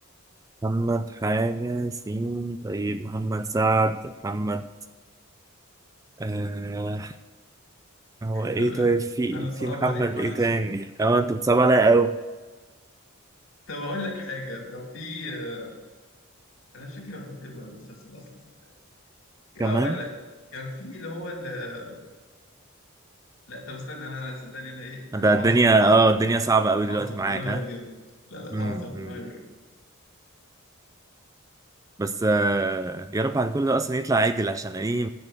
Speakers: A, on the right (about 15°); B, on the left (about 60°).
A: محمد حاجة سين طيب محمد سعد محمد آه هو ايه
B: طب لا
A: طيب في
B: انا صعب
A: في محمد
B: عليك معلش
A: ايه تاني اه انت بتصعب عليا قوي
B: طب اقول لك حاجه كان في آه، انا مش فاكر هو كان فيلم ولا مسلسل اصلا صدقني اقول
A: كمان
B: لك كان في اللي هو ال- لا طب استنى انا أنا صدقني انا ايه
A: ده
B: انا هعصر
A: الدنيا
B: دماغي
A: اه الدنيا صعبة قوي
B: هعصر
A: دلوقتي معاك
B: دماغي
A: ها
B: واجيب لك لا لا
A: امم
B: هعصر دماغي واجيب لك
A: بس آه يا رب على كل ده اصلا يطلع عدل عشان ايه